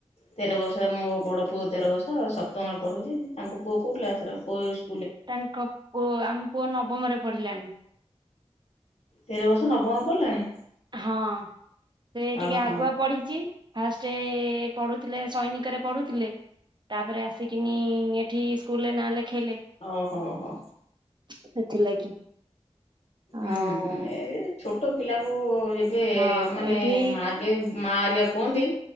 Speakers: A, on the left; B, on the right.
A: ତେର ବର୍ଷ ମୋ ବଡ଼ ପୁଅ ତେର ବର୍ଷ ସପ୍ତମରେ ପଢ଼ୁଛି ତାଙ୍କ ପୁଅ କୋଉ କ୍ଲାସରେ କୋଉ ସ୍କୁ
B: ତାଙ୍କ ପୁଅ ଆମ ପୁଅ ନବମରେ ପଢି଼ଲାଣି।
A: ତେର ବସ ନବମ ରେ ପଢ଼ିଲାଣି?
B: ହଁ ସେ ଟିକେ
A: ଓହୋ।
B: ଆଗୁଆ ପଢିଚି ଫାଷ୍ଟ ପଢୁଥିଲେ ସୈନିକରେ ପଢୁଥିଲେ ତାପରେ ଆସିକିନି ଏଠି ସ୍କୁଲରେ ନାଁ ଲେଖାଇଲେ।
A: ଓହୋ ହୋ।
B: ସେଥିଲାଗି।
A: ହୁଁ
B: ଆଉ
A: ଏ ଛୋଟ ପିଲା ଙ୍କୁ ଯେ
B: ହଁ
A: ମାନେ
B: ଏଇଠି
A: ଆଗେ ମା ଆରିକା କୁହନ୍ତି